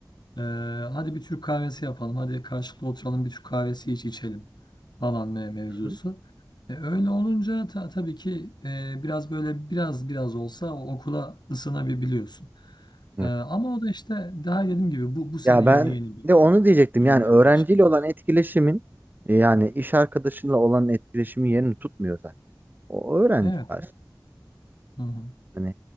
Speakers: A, on the left; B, on the right.
A: ee, hadi bir Türk kahvesi yapalım. Hadi karşılıklı oturalım bir Türk kahvesi iç içelim falan me- mevzusu.
B: Hı hı.
A: E, öyle olunca ta- tabii ki e, biraz böyle biraz biraz olsa o okula ısınabiliyorsun.
B: Evet.
A: E, ama o da işte daha dediğim gibi bu bu sene
B: Ya ben
A: yeni yeni bir
B: de onu diyecektim.
A: şey
B: Yani
A: olmaya
B: öğrenciyle
A: başladı.
B: olan etkileşimin e, yani iş arkadaşınla olan etkileşimin yerini tutmuyor zaten. O öğrenci
A: Evet.
B: karşı.
A: Hı hı.
B: Hani